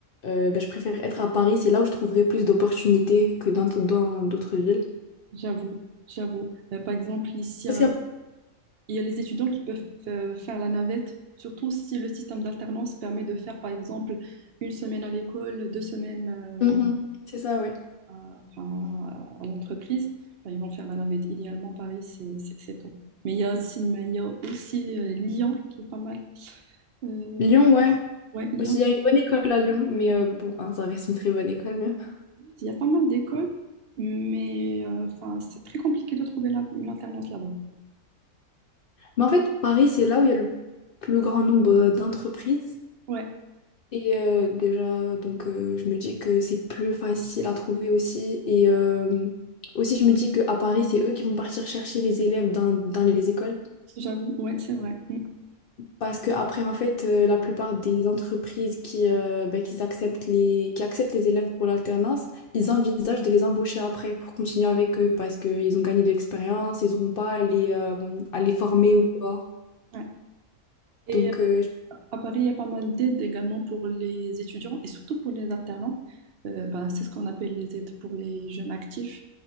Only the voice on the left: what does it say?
euh, bah, je préfère être à Paris, c'est là où je trouverai plus d'opportunités que dans dans d'autres villes.
Parce
qu'il y a-
Mhm. C'est ça, ouais.
Lyon, ouais.
Aussi, il y a une bonne école à Lyon, mais euh, bon, hein, ça reste une très bonne école même.
Mais en fait, Paris, c'est là où il y a le plus grand nombre d'entreprises.
Et euh, déjà, donc euh, je me dis que c'est plus facile à trouver aussi. Et euh, aussi, je me dis qu'à Paris, c'est eux qui vont partir chercher les élèves dans, dans les écoles.
Parce que après, en fait, euh, la plupart des entreprises qui, euh, ben, qui acceptent les, qui acceptent les élèves pour l'alternance, ils envisagent de les embaucher après pour continuer avec eux parce qu'ils ont gagné de l'expérience, ils n'auront pas à les, euh, à les former ou quoi.
Donc,
euh,